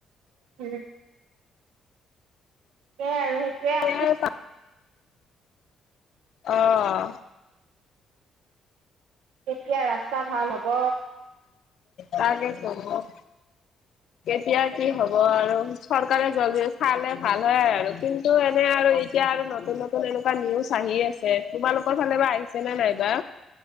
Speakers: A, on the right; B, on the left.
A: উম। সেয়াই আৰু সেইটোয়ে।
B: সেয়াই। অহ।
A: কেতিয়া ৰাস্তা ভাল হব।
B: কালে হব। এতিয়া কি হব আৰু চৰকাৰে জলদি চালে ভাল হয় আৰু কিন্তু এনে আৰু এতিয়া। আৰু নতুন নতুন এনেকোৱা নিউজ আহি আছে তোমালোকৰ ফালে বা আহি ছে নে নাইবা